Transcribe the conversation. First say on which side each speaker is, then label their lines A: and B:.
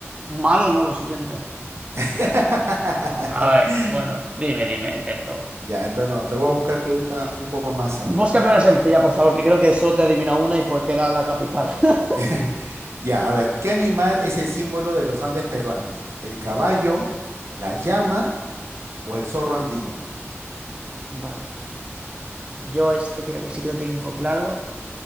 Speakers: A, on the right; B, on the right.
A: malo no lo siguiente.
B: <laughs>
A: A ver, bueno, dime, dime, intento.
B: Ya, entonces no, te voy a buscar, te gusta un poco más, sa-
A: Búscame una sencilla, por favor, que creo que solo te adivina una y porque era la capital. <laughs>
B: <laughs> Ya, a ver, ¿qué animal es el símbolo de los Andes peruanos? ¿El caballo, la llama o el zorro andino?
A: Vale. Yo este creo que sí que lo tengo claro.